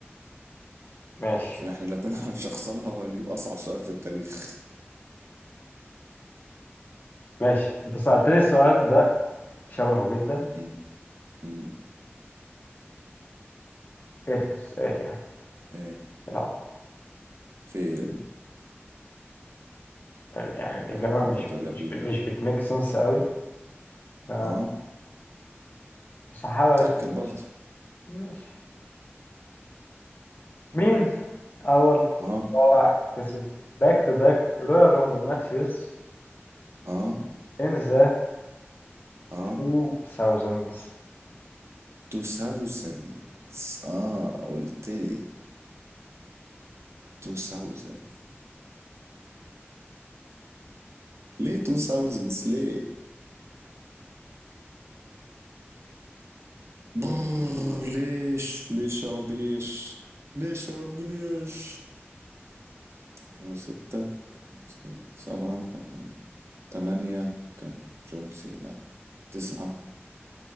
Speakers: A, on the left; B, on the right.
A: ماشي
B: عشان احنا الاتنين <laughs> هنشخصنها وهنجيب اصعب سؤال في التاريخ
A: ماشي انت سألتني السؤال ده شبهه جدا
B: امم امم
A: ايه ده؟ إيه يعني
B: ايه
A: لا
B: في
A: يعني الإجابة
B: لا حول ولا
A: مش
B: قوة إلا بالله
A: مش مش بتميك سنس قوي ف
B: اه
A: بس هحاول
B: تأكد
A: أش- ماشي
B: برضه
A: ماشي مين أول
B: اه
A: مصارع كسب باك تو باك رويال رامبل ماتشز
B: اه
A: in the
B: اه
A: 2000s
B: 2000 اه قلت لي 2000 ليه 2000 ليه برر ليش ليش يا ربي ليش ليش يا ربي ليش 2006 كان 7 كان 8 كان جون سينا 9